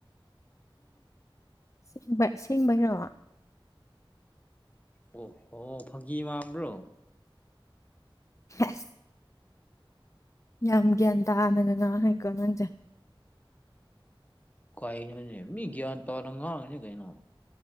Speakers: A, on the left (about 35°); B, on the left (about 15°).
A: ꯑꯁꯦꯡꯕ ꯑꯁꯦꯡꯕꯩꯔꯣ
B: ꯑꯣ ꯍꯣ ꯐꯥꯒꯤ ꯃꯥꯟꯕꯔꯣ
A: ꯍ <unintelligible> ꯌꯥꯝ ꯒ꯭ꯌꯥꯟ ꯇꯥꯅꯒ ꯉꯥꯡꯉꯤꯀꯣ ꯅꯪꯁꯦ
B: ꯀꯩꯅꯣꯅꯦ ꯃꯤ ꯒꯌ꯭ꯥꯟ ꯇꯥꯅ ꯉꯥꯡꯉꯤꯅꯦ ꯀꯩꯅꯣ